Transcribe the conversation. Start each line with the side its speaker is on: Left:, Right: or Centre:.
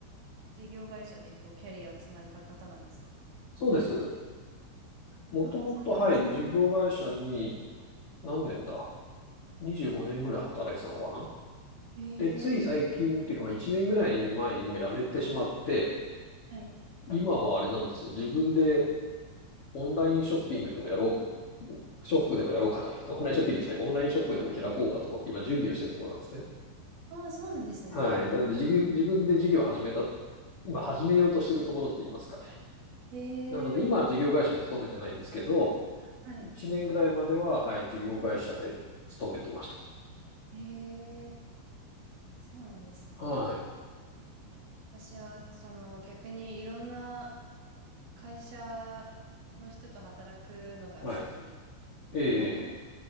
Right: 事業会社でこう、キャリアを積まれた方なんですか
Left: そうです。もともと、
Right: あ、そうなんです。
Left: はい、事業会社に何年だ ?25 年ぐらい働いてたのかな
Right: へえ。
Left: で、つい最近っていうか、まあ1年ぐらい前にもう辞めてしまって、
Right: はい。
Left: 今はあれなんですよ。自分でオンラインショッピングでもやろう、ショップでもやろうかと思って、オンラインショッピングじゃない、オンラインショップでも開こうかと思って今準備をしているところなんですね。
Right: ああ、そうなんですね。
Left: はい。ただ事業自分で事業を始めた、今始めようとしているところって言いますか。
Right: へえ。
Left: なので、今は事業会社に勤めてないんですけど、
Right: はい。
Left: 1年ぐらいまでは、はい、事業会社で勤めてました。
Right: へえ。そうなんですね。
Left: はい。
Right: 私は、その、逆にいろんな会社の人と働くのが好きで、
Left: はい。ええ。
Right: あと、
Left: ええ